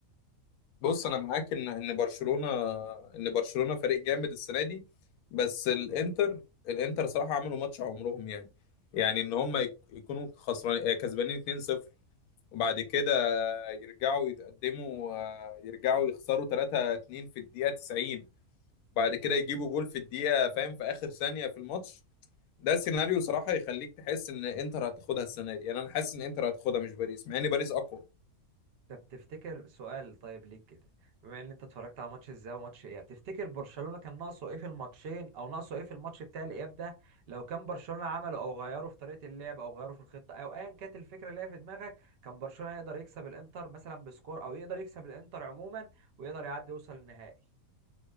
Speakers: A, on the left (about 80°); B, on the right (about 55°).
A: بص انا معاك ان ان برشلونه ان برشلونه فريق جامد السنه دي بس الانتر الانتر صراحه عملوا ماتش عمرهم يعني يعني ان هم يك- يكونوا خسران آه، كسبانين 2-0 وبعد كده يرجعوا يتقدموا آه، يرجعوا يخسروا 3-2 في الدقيقه 90 وبعد كده يجيبوا جول في الدقيقه فاهم في اخر ثانيه في الماتش ده سيناريو صراحه يخليك تحس ان انتر هتاخدها السنه دي يعني انا حاسس ان انتر هتاخدها مش باريس مع ان باريس اقوى
B: طب تفتكر سؤال طيب ليك كده بما ان انت اتفرجت على ماتش ازاي وماتش اياب تفتكر برشلونة كان ناقصه ايه في الماتشين او ناقصه ايه في الماتش بتاع الاياب ده لو كان برشلونة عمله او غيره في طريقة اللعب او غيره في الخطة او ايا كانت الفكرة اللي هي في دماغك كان برشلونة يقدر يكسب الانتر مثلا بسكور او يقدر يكسب الانتر عموما ويقدر يعدي يوصل النهائي